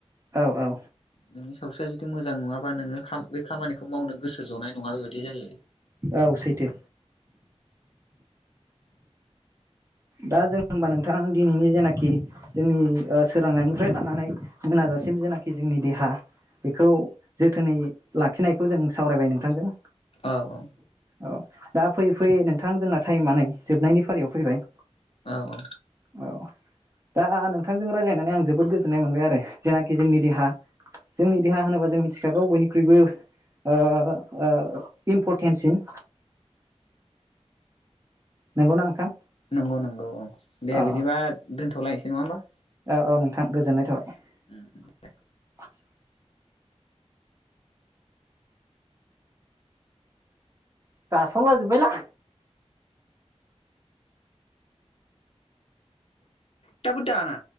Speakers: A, on the right; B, on the left.
A: औ औ
B: नोंनि सावस्रिया जुदि मोजां नङाबा नोङो खाम खामानिखौ मावनो गोसो ज'नाय नङा बेबायदि जायो।
A: औ सैथो दा जों हमबा नोंथां दिनैनि जेनाखि जोंनि ओ सोरांनायनिफ्राय लानानै मोनाजासिम जेनाखि जोंनि देहा बेखौ जोथोनै लाखिनायखौ जों सावरायबाय नोंथांजों,
B: औ औ
A: औ दा फैयै फैयै नोंथां जोंना टाइमा नै जोबनायनि फारियाव फैबाय,
B: औ औ
A: औ दा नोंथांजों रायज्लायनानै आं जोबोद गोजोननाय मोनबाय आरो जेनाखि जोंनि देहा जोंनि देहा होनोबा जों मिथिखागौ बयनिख्रुइबो ओ ओ इम्परटेन्टसिन, नंगौना नोंथां?
B: नंगौ नंगौ औ दे
A: अ
B: बिदिबा दोनथ'लायनोसै नङा होमबा?
A: औ औ नोंथां गोजोननाय थाबाय।
B: उम दे
A: <unintelligible> गासनला जोब्बायला
B: दाबो दाना